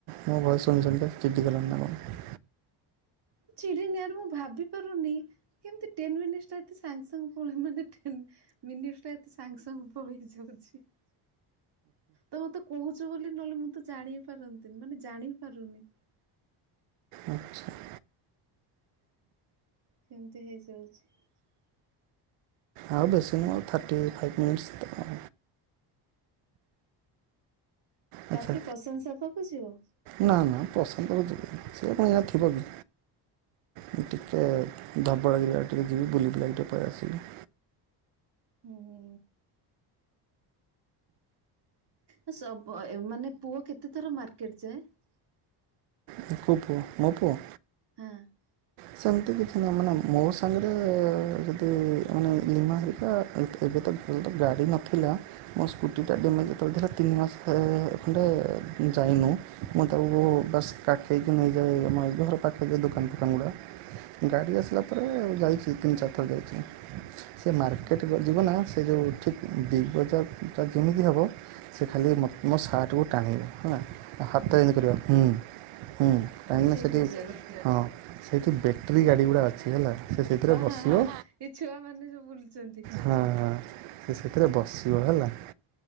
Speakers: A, on the right; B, on the right.
A: ମୋ ଭଏସ ଶୁଣିଶୁଣି ଚିଡି ଗଲଣି ନା କଣ।
B: ଚିଡିନି ଆରେ ମୁଁ ଭାବି ପାରୁନି। କେମିତି ଟେନ୍ ମିନିଟ୍ଶଟା ଏତେ ସାଙ୍ଗସାଙ୍ଗ ପଳେ ମାନେ ଟେନ। ମିନିଟ୍ଶଟା ଏତେ ସାଙ୍ଗେ ସାଙ୍ଗେ ପଳେଇ ଯାଉଛି। ତ ମତେ କହୁଛୁ ବୋଲି ନହଲେ ମୁଁ ତ ଜାଣି ପାରନ୍ତିନି ମାନେ ଜାଣିପାରୁନି।
A: ଆଚ୍ଛା।
B: କେମତି ହେଇଯାଉଛି।
A: ଆଉ ବେଶୀ ନୁହୁଁ ଆଉ ଥାର୍ଟି ଫାଇଭ୍ ମିନିଟ୍ଶ ତ। ଆଚ୍ଛା
B: ତାପରେ ପ୍ରଶାନ୍ତ ସାର୍ ପାଖୁ ଯିବ?
A: ନା ନା ପ୍ରଶାନ୍ତ ପାଖୁ ଯିବିନି ସେ କଣ ଏଇନା ଥିବ କି। ମୁଁ ଟିକି ଧବଳଗିରୀଆଡେ ଟିକେ ଯିବି ବୁଲି ବୁଲାକି ଟିକେ ପଳେଇ ଆସିବି।
B: ହୁଁ ହୁଁ। ମୁଁ ସବ ଏ ମାନେ ପୁଅ କେତେଥର ମାର୍କେଟ ଯାଏ?
A: ତାଙ୍କ ପୁଅ ମୋ ପୁଅ।
B: ହଁ।
A: ସେମିତି କିଛି ନୁହଁ ମାନେ ମୋ ସାଙ୍ଗରେ ଯଦି ମାନେ ଲିମା ହେରିକା। ଏତ୍ ଏବେ ତ ଯେହେତୁ ଗାଡ଼ି ନଥିଲା। ମୋ ସ୍କୁଟିଟା ଡ୍ୟାମେଜ୍ ଯେତେବେଳେ ଥିଲା ତିନି ମାସ ଖଣ୍ଡେ ଯାଇନୁ। ମୁଁ ତାକୁ ବାସ୍ କାଖେଇକି ନେଇଯାଏ ଆମ ଘରପାଖ ଯୋଉ ଦୋକାନ ଫୋକାନ ଗୁଡ଼ା। ଗାଡ଼ି ଆସିଲା ପରେ ଯାଇଛି ତିନ ଚାରଥର ଯାଇଛି। ସେ ମାର୍କେଟ
B: ହୁଁ
A: ର ଯିବନା ସେ ଯୋଉ ଠିକ୍ ବିଗ୍ ବଜାରଟା ଯେମିତି ହବ। ସେ ଖାଲି
B: ହୁଁ।
A: ମୋ ମୋ ସାର୍ଟକୁ ଟାଣିବା ହେଲା ତା ହାତରେ
B: ହୁଁ
A: ଏନ୍ତି କରିବ ହୁଁ। ହୁଁ
B: ମାନେ
A: କାହିଁକିନା
B: ସେଇଠିକି
A: ସେଠି
B: ଚାଲେ
A: ହଁ। ସେଇଠି ବେଟ୍ରୀ ଗାଡ଼ିଗୁଡ଼ା ଅଛି ହେଲା ସେ ସେଇଥିରେ
B: ହଁ
A: ବସିବ।
B: ହଁ ହଁ ଏ ଛୁଆ ମାନେ ଯୋଉ ବୁଲୁଛନ୍ତି।
A: ହଁ ହଁ ତ ସେଥିରେ ବସିବ ହେଲା।